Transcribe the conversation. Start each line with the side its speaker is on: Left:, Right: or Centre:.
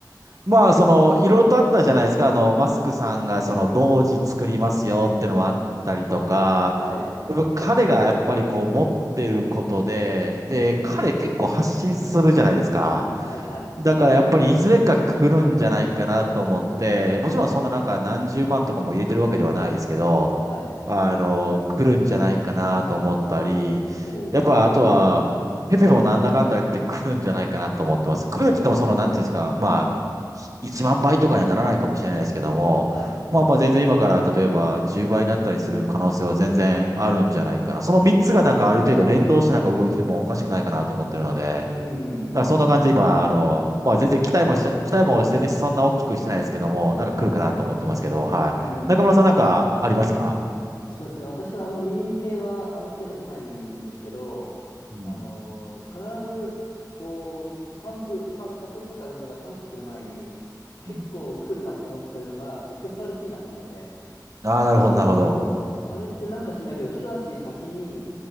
Right: まあ、その、いろいろとあったじゃないですか。あの、マスクさんが、
Left: あえ
Right: その、同時作りますよっていうのもあったりとか、
Left: ー、はい。
Right: やっぱ彼がやっぱりこう持ってることで、で、彼結構発信するじゃないですか。
Left: はい、はい。
Right: だからやっぱりいずれか来るんじゃないかなと思って、もちろんそんななんか何十万とかも入れてるわけではないですけど、
Left: はい。
Right: あの、来るんじゃないかなと思ったり、
Left: おー。
Right: やっぱあとは、ペペもなんだかんだ言って来るんじゃないかなと思ってます。来るって言ってもその、なんていうんですか、まあ、1万倍とかにはならないかもしれないですけども、
Left: はい。
Right: まあまあ全然今から例えば10倍になったりする可能性は全然あるんじゃないかな。その3つがなんかある程度連動してなんか動いてもおかしくないかなと思ってるので、だからそんな感じで今、
Left: うん、うん、うん。うん
Right: あの、まあ全然期待もし期待も全然そんな大きくしてないですけども、なんか来るかなと思ってますけど、
Left: はい。
Right: はい。
Left: うん。
Right: 中村さんなんかありますか
Left: そうですね。私はあんまりミーム系はあんまり手出さないんですけど、
Right: うん。
Left: あのー必ず、こう、パンプ、パン、仮想通貨全体がパンプする前に、結構来るなと思ってるのが
Right: うん。
Left: XRP なんですよね。
Right: ああ、なるほど、なるほど。
Left: あれってなんか知んないけど、一足先に